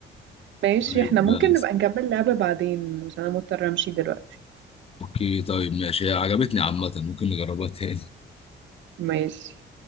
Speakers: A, on the right; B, on the left.
A: ماشي
B: طيب
A: احنا ممكن
B: بس.
A: نبقى نكمل لعبة بعدين عشان أنا مضطرة أمشي دلوقتي
B: اوكي طيب ماشي هي عجبتني عامه ممكن نجربها تاني
A: ماشي